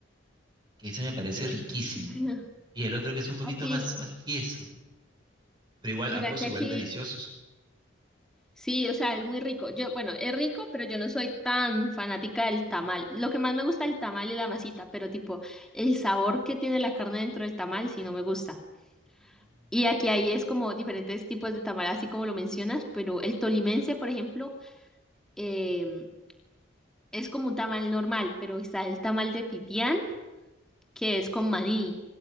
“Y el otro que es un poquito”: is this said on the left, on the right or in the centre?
Right